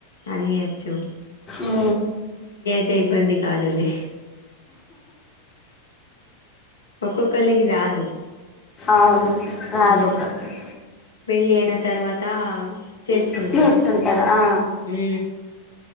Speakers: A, on the left (about 75°); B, on the left (about 25°).
A: అన్ని వచ్చు
B: ఊ
A: తే ఇబ్బంది కాదులే ఒక్కొక్కలికి రాదు
B: అవును రాదు
A: ఉ
B: ఒకటి
A: పెళ్ళి అయిన తర్వాత చేసుకుంటారు
B: నేర్చుకుంటారు ఆ.
A: ఊ